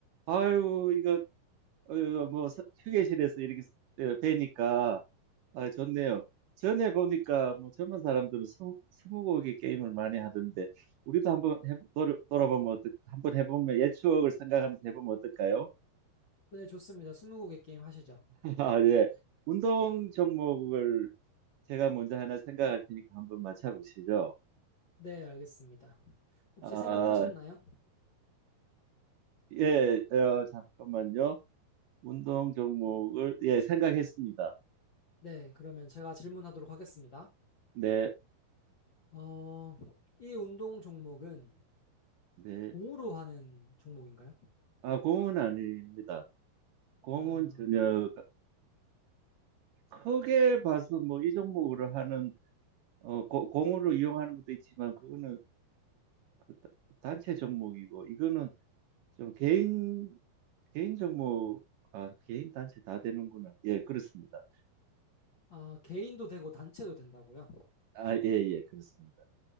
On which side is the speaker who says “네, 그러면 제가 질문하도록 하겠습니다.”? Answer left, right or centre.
Left